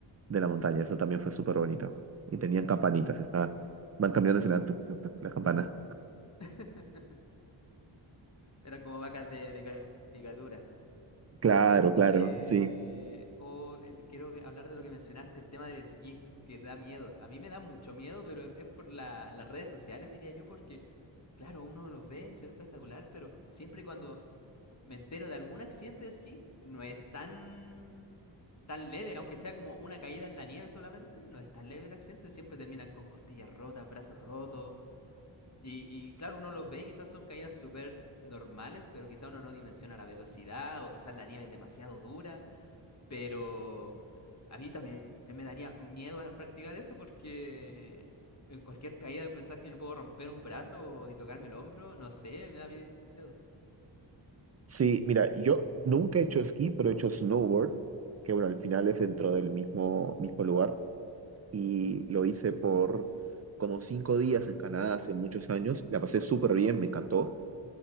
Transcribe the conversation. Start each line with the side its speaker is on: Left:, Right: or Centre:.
Right: de la montaña. Eso también fue súper bonito. Y tenían campanitas, estaban, van cambiando la, tuc, tuc, tuc, la campana.
Left: <laughs> Eran como vacas de, de caricatura.
Right: Claro, claro,
Left: Eh,
Right: sí.
Left: o eh, quiero que- hablar de lo que mencionaste, el tema del esquí, que da miedo. A mí me da mucho miedo, pero es por la- las redes sociales, diría yo, porque, claro, uno los ve y se ve espectacular, pero siempre cuando me entero de algún accidente de esquí, no es tan, tan leve, aunque sea como una caída en la nieve solamente, no es tan leve el accidente, siempre terminan con costillas rotas, brazos rotos. Y, y claro, uno los ve y quizás son caídas súper normales, pero quizás uno no dimensiona la velocidad o quizás la nieve es demasiado dura, pero a mí también me daría miedo a practicar eso porque en cualquier caída pensar que me puedo romper un brazo o dislocarme el hombro, no sé, me da miedo.
Right: Sí, mira, yo nunca he hecho esquí, pero he hecho snowboard, que bueno, al final es dentro del mismo, mismo lugar. y lo hice por como cinco días en Canadá hace muchos años. La pasé súper bien, me encantó.